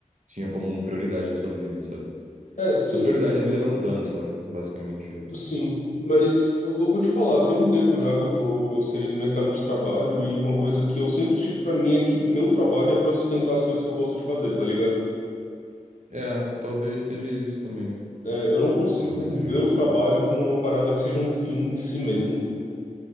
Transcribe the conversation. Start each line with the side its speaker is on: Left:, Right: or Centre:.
Right: tinha como prioridade na sua vida, sabe?
Left: é, sim,
Right: Essa prioridade na vida vai mudando, sabe? Basicamente isso.
Left: Sim, mas eu, eu vou te falar, tem um tempo já que eu tô inserido no mercado de trabalho e uma coisa que eu sempre tive pra mim é que meu trabalho é pra sustentar as coisas que eu gosto de fazer, tá ligado?
Right: É, talvez seja isso também.
Left: É, eu não consigo
Right: Talvez seja
Left: ver o
Right: isso.
Left: trabalho como uma parada que seja um fim em si mesmo.